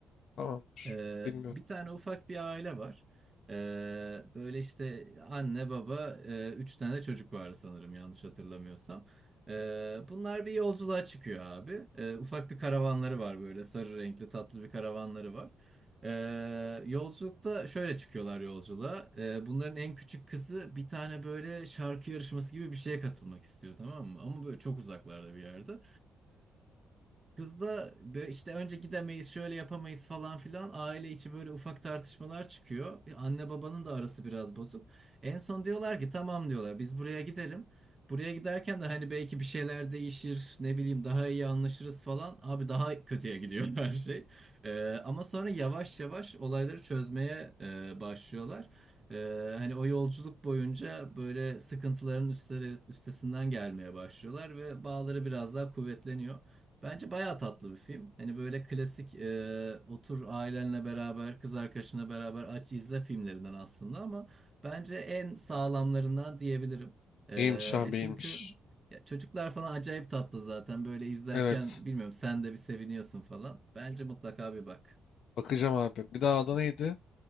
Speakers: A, on the left; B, on the right.
A: Tamamdır.
B: Ee,
A: Bilmiyorum.
B: bir tane ufak bir aile var. Ee, böyle işte anne baba e, üç tane çocuk var sanırım yanlış hatırlamıyorsam. Ee, bunlar bir yolculuğa çıkıyor abi. Ee, ufak bir karavanları var böyle sarı renkli tatlı bir karavanları var. Ee, yolculukta şöyle çıkıyorlar yolculuğa. Ee, bunların en küçük kızı bir tane böyle şarkı yarışması gibi bir şeye katılmak istiyor tamam mı? Ama böyle çok uzaklarda bir yerde. Kız da böyle işte önce gidemeyiz şöyle yapamayız falan filan aile içi böyle ufak tartışmalar çıkıyor. Anne babanın da arası biraz bozuk. En son diyorlar ki tamam diyorlar biz buraya gidelim. Buraya giderken de hani belki bir şeyler değişir ne bileyim daha iyi anlaşırız falan. Abi daha kötüye gidiyor <laughs> her şey. Ee, ama sonra yavaş yavaş olayları çözmeye e, başlıyorlar. Ee, hani o yolculuk boyunca böyle sıkıntıların üstleri- üstesinden gelmeye başlıyorlar ve bağları biraz daha kuvvetleniyor. Bence bayağı tatlı bir film. Hani böyle klasik e, otur ailenle beraber, kız arkadaşına beraber aç izle filmlerinden aslında ama bence en sağlamlarından diyebilirim. E,
A: İyiymiş abi
B: e çünkü
A: iyiymiş.
B: ya çocuklar falan acayip tatlı zaten. Böyle izlerken
A: Evet.
B: bilmiyorum sen de bir seviniyorsun falan. Bence mutlaka bir bak.
A: Bakacağım abi. Bir daha adı neydi?